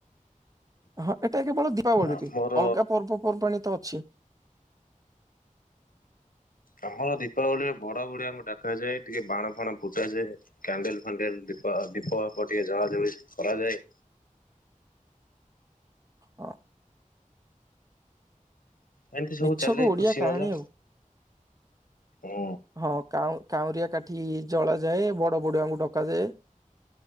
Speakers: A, on the right; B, on the left.
A: ହଁ ଏଟା କେବଳ ଦୀପାବଳିରେ
B: ଆମର
A: ଅଲଗା ପର୍ବପର୍ବାଣ ତ ଅ ଛି।
B: ଆମର ଦୀପାବଳିରେ ବଡ ବଡିଆଙ୍କୁ ଡାକାଯାଏ ଟିକେ ବାଣ ଫାଣ ଫୁଟାଯାଏ କ୍ୟାଣ୍ଡେଲ ହାଣ୍ଡେଲ ଦୀପା ଦୀପ ଦୀପ ଟିକେ ଜଳା ଜାଳି କରାଯାଏ।
A: ହଁ।
B: ଏମିତି ସବୁ
A: ମିଛକୁ
B: ଚାଲେ
A: ଓଡିଆ
B: ଖୁସି
A: କାହାଣୀ
B: ମଜା
A: ଆଉ
B: ହୁଁ
A: ହଁ କାଉଁ କାଉଁରିଆ କାଠି ଜଳ ଯାଏ ବଡ ବଡୁ ଆଙ୍କୁ ଡକାଯାଏ।